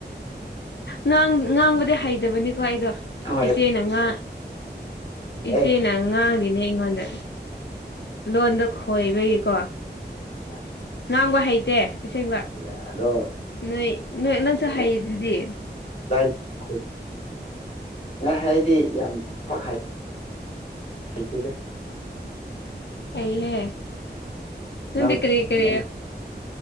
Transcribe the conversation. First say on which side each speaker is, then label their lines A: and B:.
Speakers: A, on the left; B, on the left.
A: ꯉꯥꯡ ꯉꯥꯡꯕꯗꯤ ꯍꯩꯇꯕꯅꯤꯀꯣ ꯑꯩꯗꯣ
B: ꯍꯣꯏ
A: ꯏꯆꯦ ꯉꯥ ꯏꯆꯦꯅ
B: ꯑꯦ
A: ꯉꯥꯡꯉꯤꯅꯦ ꯑꯩꯉꯣꯟꯗ
B: ꯑꯦ
A: ꯂꯣꯟꯗ ꯈꯣꯏꯕꯒꯤꯀꯣ
B: ꯑꯥ
A: ꯉꯥꯡꯕ ꯍꯩꯇꯦ ꯑꯁꯦꯡꯕ
B: ꯏꯗ ꯑꯗꯣ
A: ꯅꯣꯏ ꯅꯣꯏ ꯅꯪꯁꯨ ꯍꯩꯔꯤꯗꯨꯗꯤ
B: <unintelligible> ꯍꯩꯇꯦꯗ
A: ꯍꯩꯍꯦ ꯅꯗꯤ
B: ꯅꯪ
A: ꯀꯔꯤ ꯀꯔꯤ